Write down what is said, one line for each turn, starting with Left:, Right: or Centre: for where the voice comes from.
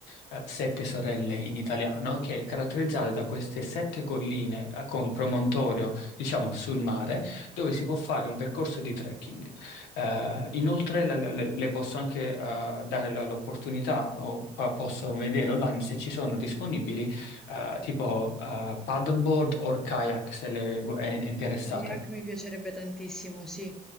Left: eh, Sette Sorelle in italiano, che è caratterizzata da queste sette colline eh, con promontorio, diciamo, sul mare, dove si può fare un percorso di trekking. Eh, inoltre le, le- le posso anche eh, dare la- l'opportunità o pa- posso vedere online se ci sono disponibili eh, tipo eh, paddleboard o kayak se le- è è interessata.
Centre: kayak mi piacerebbe tantissimo, sì,